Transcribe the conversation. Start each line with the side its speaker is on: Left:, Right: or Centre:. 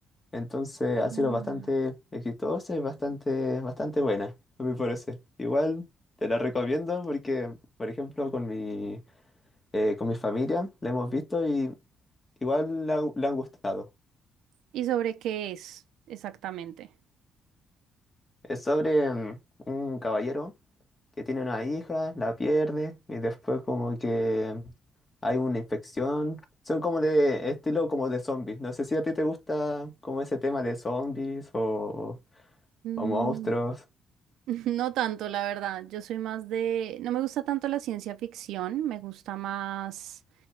Left: Entonces
Right: Ah.
Left: ha sido bastante exitosa y bastante, bastante buena, a mi parecer. Igual te la recomiendo porque, por ejemplo, con mi... eh, con mi familia, la hemos visto y igual le ha- le han gustado.
Right: ¿Y sobre qué es exactamente?
Left: Es sobre mm, un caballero que tiene una hija, la pierde y después como que hay una infección. Son como de estilo como de zombies. No sé si a ti te gusta como ese tema de zombies o,
Right: Mm,
Left: o monstruos.
Right: <laughs> No tanto, la verdad. Yo soy más de... No me gusta tanto la ciencia ficción, me gusta más